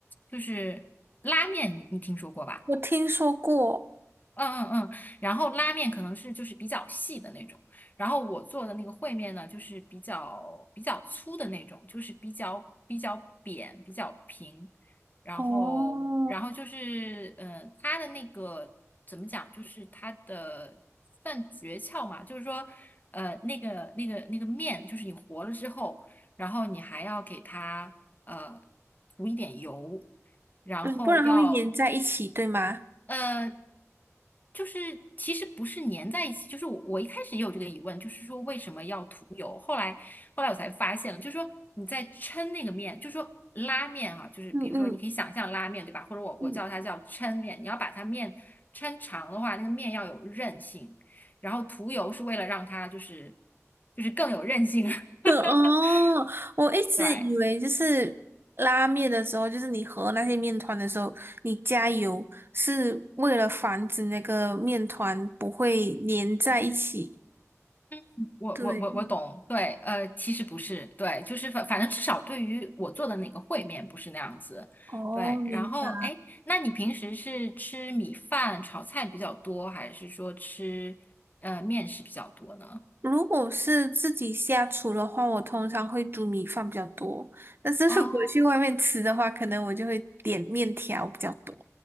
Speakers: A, on the left; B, on the right.
A: 就是拉面，你你听说过吧？
B: 我听说过，
A: 嗯嗯嗯，然后拉面可能是就是比较细的那种，然后我做的那个烩面呢，就是比较比较粗的那种，就是比较比较扁、比较平，然后然后就是嗯，
B: 哦，
A: 呃它的那个怎么讲，就是它的算诀窍嘛，就是说呃那个那个那个面，就是你和了之后，然后你还要给它呃涂一点油。然后要
B: 嗯，不然它会粘在一起，对吗？
A: 呃，就是其实不是粘在一起，就是我我一开始也有这个疑问，就是说为什么要涂油？后来后来我才发现了，就是说你在抻那个面，就是说拉面哈、就是比如说你可以想象拉面对吧？
B: 嗯嗯
A: 或者我我叫它叫抻面，
B: 嗯，
A: 你要把它面抻长的话，那个面要有韧性，然后涂油是为了让它就是就是更有韧性，<laughs>
B: 对哦，我一直以为就是拉面的时候，
A: 对。
B: 就是你和那些面团的时候，你加油是为了防止那个面团不会粘在一起。
A: 嗯，我我我我懂，
B: 对。
A: 对，呃，其实不是，对，就是反反正至少对于我做的那个烩面不是那样子，
B: 哦，
A: 对。
B: 明白。
A: 然后，哎，那你平时是吃米饭炒菜比较多，还是说吃呃面食比较多呢？
B: 如果是自己下厨的话，我通常会煮米饭比较多。但是如果去外面吃的话，
A: 哦
B: 可能我就会点面条比较多。